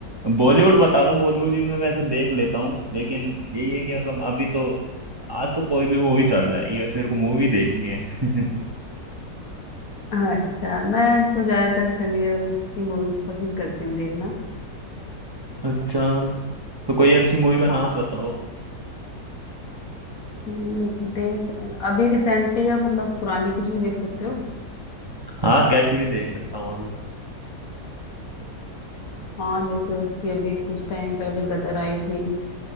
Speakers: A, on the right; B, on the left.
A: बॉलीवुड बता दो बॉलीवुड भी मैं वैसे देख लेता हूँ लेकिन यही है कि मतलब अभी तो आज तो कोई भी मूवी चल जाएगी वैसे मेरे को मूवी देखनी है <laughs>
B: हाँ, अच्छा मैं तो ज्यादातर सनी देओल की मूवी पसंद करती हूँ देखना
A: अच्छा तो कोई अच्छी मूवी का नाम
B: हाँ
A: बताओ
B: हम्म, देख अभी रिसेंटली या मतलब पुरानी कुछ भी देख सकते हो
A: हाँ कैसी भी देख सकता हूँ अभी तो
B: हाँ जैसे उसकी अभी कुछ टाइम पहले गदर आई थी